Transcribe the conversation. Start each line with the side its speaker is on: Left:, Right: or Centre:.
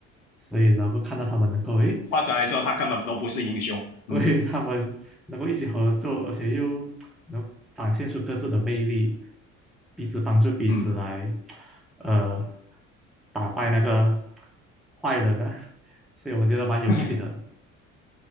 Centre: 所以然后看到他们能够，诶。
Left: 或者来说他根本都不是英雄，
Centre: <laughs> 所以他们能够一起合作，
Left: 嗯
Centre: 而且又能展现出各自的魅力，彼此帮助彼此来，
Left: 嗯
Centre: 呃，打败那个坏人呢、<laughs> 所以我觉得蛮有趣的。
Left: 嗯。<laughs>